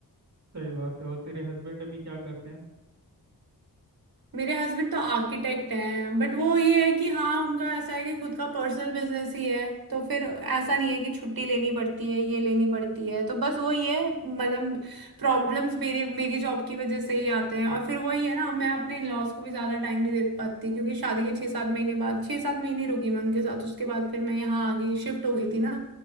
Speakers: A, on the right (about 50°); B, on the right (about 70°).
A: सही बात है और तेरे हस्बैंड अभी क्या करते हैं
B: मेरे हस्बैंड तो आर्किटेक्ट हैं बट वो ये है कि हाँ उनका ऐसा है कि खुद का पर्सनल बिजनेस ही है तो फिर ऐसा नहीं है कि छुट्टी लेनी पड़ती है ये लेनी पड़ती है तो बस वो ये है मतलब प्रॉब्लम्स मेरे मेरी जॉब की वजह से ही आते हैं और फिर वही है ना मैं अपने लॉस को भी ज़्यादा टाइम नहीं दे पाती क्योंकि शादी के छः सात महीने बाद छः सात महीने रुकी मैं उनके साथ उसके बाद फिर मैं यहाँ आ गई शिफ्ट हो गई थी ना